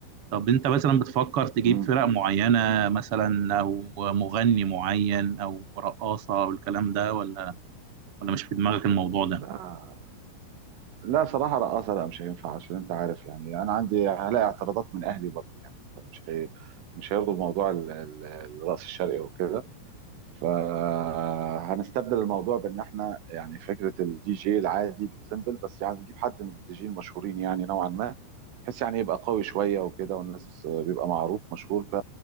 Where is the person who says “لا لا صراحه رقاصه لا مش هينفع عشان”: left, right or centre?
Right